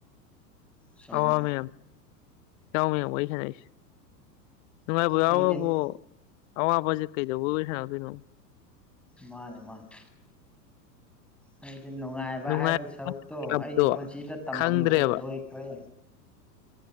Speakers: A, on the left; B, in the centre.
A: <unintelligible>
B: ꯆꯨꯝꯃꯦ
A: ꯏꯇꯥꯎ ꯃꯌꯥꯝ ꯋꯥꯔꯤ ꯁꯥꯅꯩꯁꯦ ꯅꯨꯡꯉꯥꯏꯕ ꯌꯥꯎꯔꯕꯨ
B: ꯑꯩꯒꯤꯗꯤ
A: ꯑꯋꯥꯕꯁꯦ ꯀꯩꯗꯧꯕ ꯑꯣꯏ ꯁꯥꯟꯅꯗꯣꯏꯅꯣ
B: ꯃꯥꯅꯦ ꯃꯥꯅꯦ ꯍꯥꯏꯗꯤ ꯅꯨꯡꯉꯥꯏꯕ
A: ꯅꯨꯡꯉꯥꯏ
B: ꯍꯥꯏꯕ ꯁꯔꯨꯛꯇꯣ
A: ꯇꯞꯇꯣ
B: ꯑꯩꯒꯤ ꯄꯨꯟꯁꯤꯗ ꯇꯝꯃꯝꯗ꯭ꯔꯦ
A: ꯈꯪꯗ꯭ꯔꯦꯕ
B: ꯂꯣꯏꯈ꯭ꯔꯦ